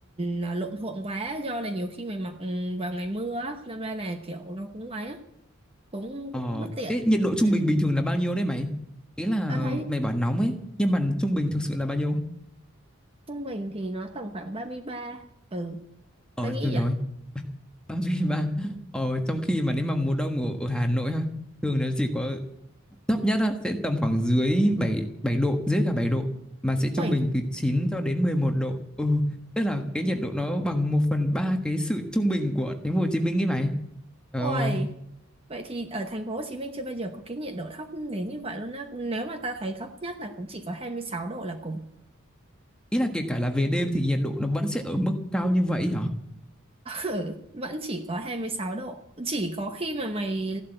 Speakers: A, on the right (about 25°); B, in the centre.
A: nó lộn thuộn quá do là nhiều khi mày mặc ừ, vào ngày mưa á đâm ra là kiểu nó cũng ấy á cũng
B: Ờ,
A: cũng bất tiện
B: ê, nhiệt độ trung
A: ừ
B: bình bình thường là bao nhiêu đấy mày? Ý là
A: tao thấy
B: mày bảo nóng ấy, nhưng mà trung bình thực sự là bao nhiêu?
A: trung bình thì nó tầm khoảng ba mươi ba, ừ
B: Ờ,
A: tôi nghĩ
B: rồi rồi,
A: vậy
B: 33. Ờ, trong khi mà nếu mà mùa đông ở, ở Hà Nội ha, thường nó chỉ có thấp nhất á, sẽ tầm khoảng dưới 7 7 độ, dưới cả 7 độ, mà sẽ trung
A: ui
B: bình từ 9 cho đến 11 độ. Ừ, tức là cái nhiệt độ nó bằng một phần 3 cái sự trung bình của thành phố Hồ Chí Minh ấy mày. Trời
A: ui
B: ơi,
A: vậy thì ở thành phố Hồ Chí Minh chưa bao giờ có cái nhiệt độ thấp đến như vậy luôn á nếu mà ta thấy thấp nhất là cũng chỉ có 26 độ là cùng
B: ý là kể cả là về đêm thì nhiệt độ nó vẫn sẽ ở mức cao như vậy hả?
A: Ừ, vẫn chỉ có 26 độ chỉ có khi mà mày